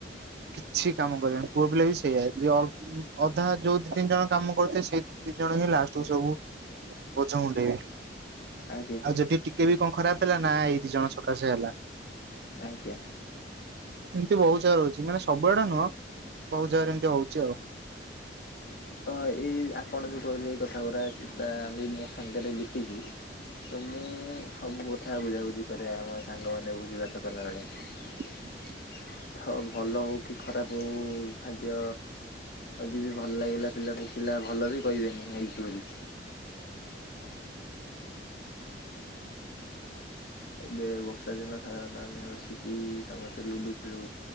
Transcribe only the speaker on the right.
କିଛି କାମ କରିବେନି ପୁଅ ପିଲା ବି ସେଇଆ ଯ ଅଧା ଯୋଉ ଦି ତିନି ଜଣ କାମ କରୁଥିବେ ସେଇ ଦି ତିନି ଜଣ ହିଁ ଲାଷ୍ଟ୍ କୁ ସବୁ ବୋଝ ମୁଣ୍ଡେଇବେ।
ଆଉ ଯଦି ଟିକେ ବି କଣ ଖରାପ ହେଲା ନା ଏଇ ଦି ଜଣ ସକାଶେ ହେଲା।
ଏମିତି ବହୁତ୍ ଜାଗା ରେ ହଉଛି ମାନେ ସବୁଆଡ଼େ ନୁହଁ ବହୁତ୍ ଜାଗାରେ ଏମିତି ହଉଛି ଆଉ।
<unintelligible>